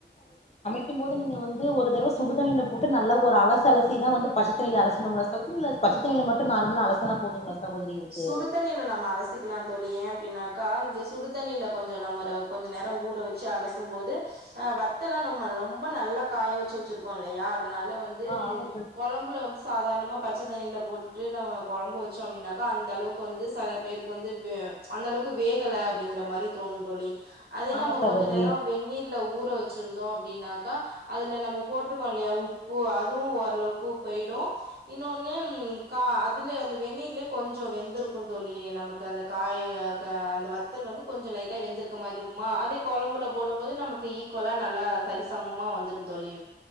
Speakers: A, on the left; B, on the right.
A: இருக்கும் போது நீங்க வந்து ஒரு தடவ சுடுதண்ணியில போட்டு நல்லா ஒரு அலசு அலசி தா வந்து பச்சத்தண்ணில அலசுணுங்ளா ச இல்ல பச்ச தண்ணில மட்டு நார்மல அலசுனா போதுங்களா சகோதரி இதுக்கு
B: சுடுதண்ணில நம்ம அலஸ் சிக்கலா தோழி ஏ அப்டின்னாக்கா இந்த சுடுதண்ணியில கொஞ்சோ நம்மர கொஞ்ச நேரோ ஊற வச்சு அலசும்போது ஆ வத்தல்லா நொம்ம ரொம்ப நல்லா காய வச்சு வச்சிருக்கோ இல்லையா அதனால வந் து
A: ஆ ஆமா ச
B: கொழம்புல வந்து சாதாரணமா பச்ச தண்ணியில போட்டுட்டு நம்ம கொழம்பு வச்சோ அப்டின்னா க்கா அந்த அளவுக்கு வந்து செல பேருக்கு வந்து அந்த அளவுக்கு வேகல அப்டிங்கற மாரி தோணு தோழி அதே
A: ஆமா
B: நம்ம
A: சகோதரி
B: கொஞ்ச நேரோ வெந்நீர்ல ஊற வச்சிருந்தோ அப்டின்னாக்கா அதுல நம்ம போட்ருக்கோ இல்லையா உப் அதுவு ஓரளவுக்கு போயிடு இன்னொன்னு கா அதுல அந்த வெநீர்லே கொஞ்சோ வெந்திருக்கு தோழி நமக்கு அந்த காய் அக அந்த வத்தல் வந்து கொஞ்சோ லைட்டா வெந்திருக் மாரி இருக்குமா அதே கொழம்புல போடும்போது நமக்கு ஈக்குவலா நல்லா சரிசமமா வெந்துரு தோழி